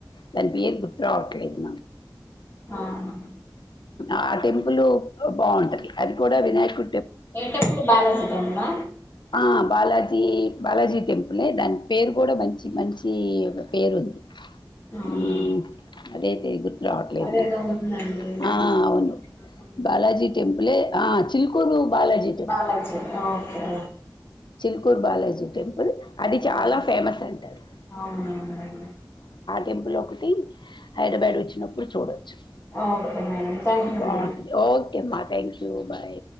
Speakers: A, on the left; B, on the left.
A: దాని పేరు గుర్తు రావట్లేదు
B: ఆహ్
A: ఆహ్ టెంపులు బాగుంటది అది కూడా వినాయకు
B: ఏం టెంపుల్ బాలాజీ టెంపుల్ ఆహ్
A: ఆహ్ బాలాజీ బాలాజీ టెంపులే దాని పేరు కూడా మంచి మంచి పేరుంది
B: అవునా
A: ఉహ్ అదేతే గు రావట్లేదు
B: అదేదో
A: నాకు
B: ఉందండి
A: ఆహ్ అవును
B: తిరుగుతూ ఉంటారు
A: బాలాజీ టెంపులే ఆహ్ చిల్ Chilkur Balaji temple
B: Balaji okay okay
A: Chilkur Balaji temple అది చాలా
B: వెరీ
A: ఫేమస్ అంటారు
B: అవునవునండి
A: టెంపుల్ ఒకటి హైదరాబాద్ వచ్చినప్పుడు చూడవచ్చు
B: okay madam thank you
A: బాగుంటది
B: madam
A: ఓకే అమ్మా థ్యాంక్ యూ బాయ్